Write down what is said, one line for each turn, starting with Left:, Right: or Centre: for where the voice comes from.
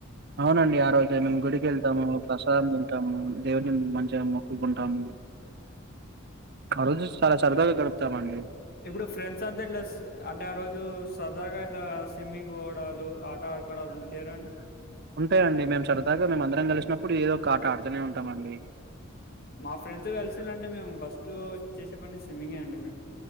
Right: అవునండి ఆ రోజే మేము గుడికి వెళ్తాము ప్రసాదం తింటాము దేవుని మంచిగా మొక్కుకుంటాము ఆ రోజు చాలా సరదాగా గడుపుతామండి
Left: ఇప్పుడు ఫ్రెండ్స్ అంతా ఇట్లా స్- అంటే ఆ రోజు సరదాగా ఇట్లా స్విమ్మింగ్ పోవడాలు ఆట ఆడుకోవడాలు ఉండి చేయరండి
Right: ఉంటాయండి మేము సరదాగా మేము అందరం కలిసినప్పుడు ఏదో ఒక ఆట ఆడుతూనే ఉంటామండి
Left: మా ఫ్రెండ్స్ కలిసిలంటే మేము ఫస్ట్ చేసే పని స్విమ్మింగే అండి మేము